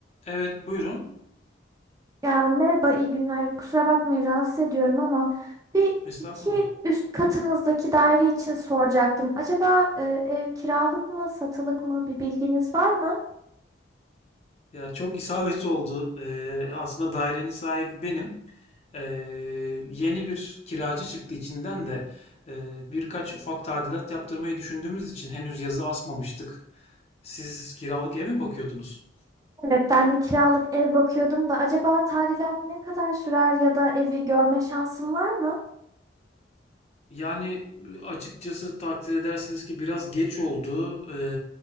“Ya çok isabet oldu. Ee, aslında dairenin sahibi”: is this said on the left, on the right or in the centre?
Left